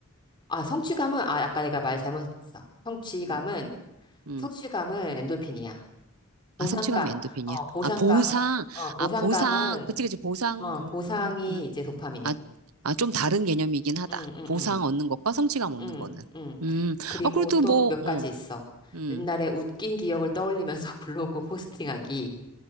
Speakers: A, on the left (about 20°); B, on the right (about 80°).
A: 아, 성취감은, 아, 아까 내가 말 잘못했어. 성취감은,
B: 음, 음.
A: 성취감은 엔돌핀이야. 보상감,
B: 아, 성취감이 엔도핀이야.
A: 어, 보상감은,
B: 아, 보상,
A: 어, 보상감은,
B: 아, 보상. 그치, 그치, 보상.
A: 어,
B: 음,
A: 보상이
B: 음.
A: 이제 도파민이고.
B: 아, 아, 좀 다른 개념이긴 하다.
A: 응, 응,
B: 보상
A: 응.
B: 얻는 것과 성취감 얻는
A: 응,
B: 거는.
A: 응.
B: 음,
A: 그리고
B: 아, 그래도
A: 또
B: 뭐,
A: 몇
B: 어,
A: 가지 있어.
B: 음,
A: 옛날에 웃긴 기억을 떠올리면서 <laughs> 블로그 포스팅하기.